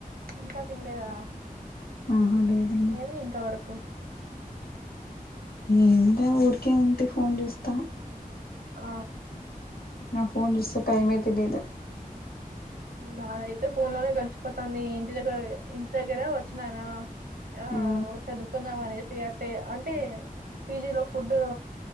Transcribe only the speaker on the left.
ఆహా లేదు
ఏమిలా ఊరికే ఉంటే ఫోన్ చూస్తా
నా ఫోన్ జస్టు టైమే తెలీదు
ఉహు